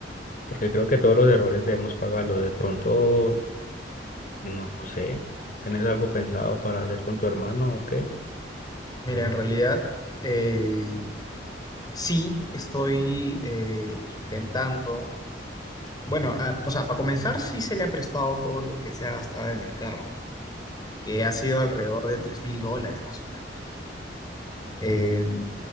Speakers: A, on the left (about 45°); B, on the left (about 20°).
A: porque creo que todos los errores debemos pagarlo. De pronto, no sé, ¿tienes algo pensado para hacer con tu hermano o qué?
B: Mira, en realidad, eh, sí, estoy eh, intentando Bueno, ah, o sea, para comenzar, sí se le ha prestado todo lo que se ha gastado en el carro, que ha sido alrededor de tres mil dólares más o menos. Eh,